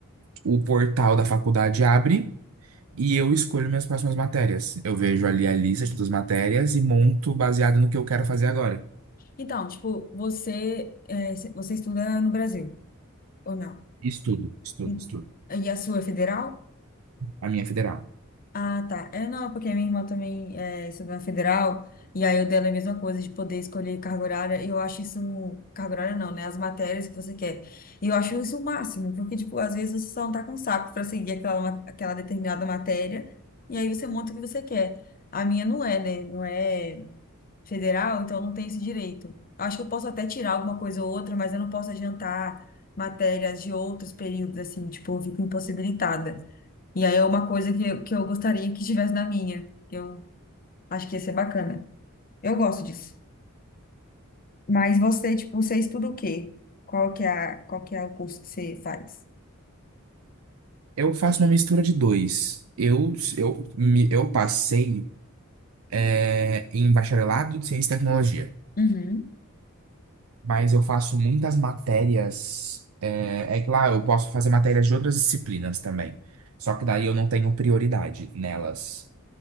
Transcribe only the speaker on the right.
o portal da faculdade abre e eu escolho minhas próximas matérias. Eu vejo ali a lista de todas as matérias e monto baseado no que eu quero fazer agora.
Estudo, estudo,
estudo.
A minha é federal.
Eu faço uma mistura de dois. Eu, eu, me- eu passei. é, em bacharelado em ciência e tecnologia.
Mas eu faço muitas matérias. É, é que lá eu posso fazer matérias de outras disciplinas também. Só que daí eu não tenho prioridade nelas.